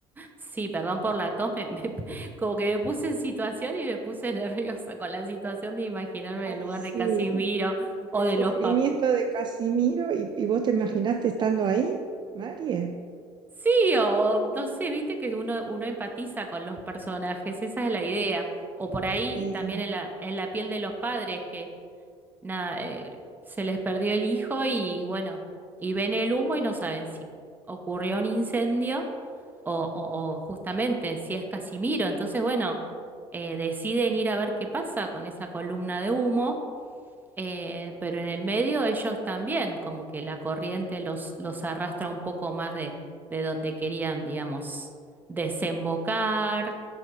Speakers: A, on the right; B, on the right.
A: sí, perdón por la tos, <laughs> me- me- como que me puse en situación y me puse <laughs> nerviosa con la situación de imaginarme
B: Ay,
A: en el lugar
B: sí,
A: de Casimiro o
B: del
A: de
B: sufrimiento
A: los pap.
B: de Casimiro y, y vos te imaginaste estando ahí, Marie.
A: Sí, o no sé, viste que uno, uno empatiza con los personajes, esa es la idea. O por ahí
B: Sí,
A: también en la, en la piel de los padres, que nada, eh, se les perdió el hijo y bueno, y ven el humo y no saben si ocurrió un incendio o, o- o justamente si es Casimiro. Entonces, bueno, eh, deciden ir a ver qué pasa con esa columna de humo, eh, pero en el medio ellos también, como que la corriente los, los arrastra un poco más de, de donde querían, digamos, desembocar.